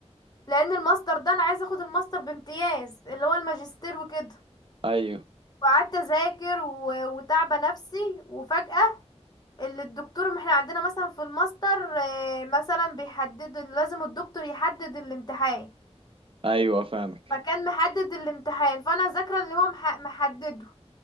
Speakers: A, on the left (about 35°); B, on the right (about 50°).
A: لان الماستر ده انا عايزه اخد الماستر بامتياز اللي هو الماجستير وكده
B: ايوه
A: وقعدت اذاكر و... وتعبه نفسي وفجاه اللي الدكتور ما احنا عندنا مثلا في الماستر آه، مثلا بيحدد لازم الدكتور يحدد الامتحان
B: ايوه فاهمك
A: فكان محدد الامتحان فانا ذاكره اللي هو مح... محدده